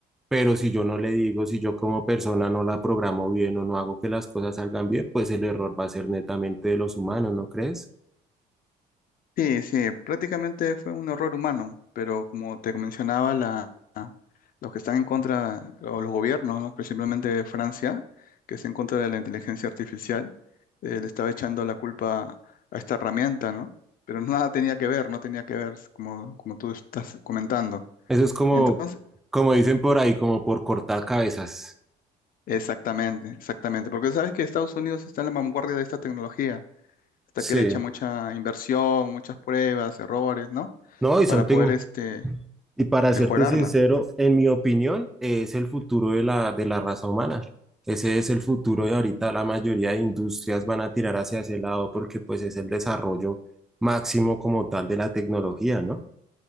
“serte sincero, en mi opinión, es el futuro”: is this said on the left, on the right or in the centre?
Centre